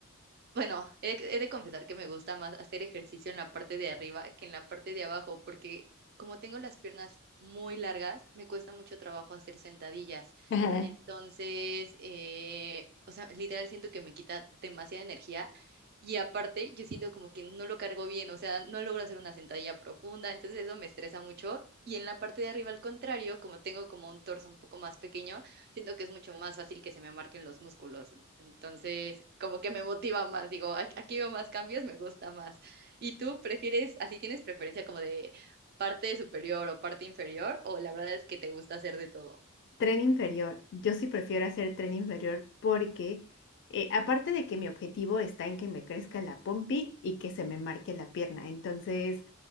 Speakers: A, on the right; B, on the left.
A: Bueno, he, de he de confesar que me gusta más hacer ejercicio en la parte de arriba que en la parte de abajo, porque como tengo las piernas muy largas, me cuesta mucho trabajo hacer sentadillas.
B: <laughs>
A: Entonces, eh, o sea, literal siento que me quita demasiada energía y aparte yo siento como que no lo cargo bien, o sea, no logro hacer una sentadilla profunda, entonces eso me estresa mucho. Y en la parte de arriba, al contrario, como tengo como un torso un poco más pequeño, siento que es mucho más fácil que se me marquen los músculos. Entonces, como que me motiva más, digo, "Ac- aquí veo más cambios, me gusta más. ¿Y tú prefieres, así tienes preferencia como de parte superior o parte inferior, o la verdad es que te gusta hacer de todo?
B: Tren inferior. Yo sí prefiero hacer tren inferior porque, eh, aparte de que mi objetivo está en que me crezca la pompi y que se me marque la pierna. Entonces,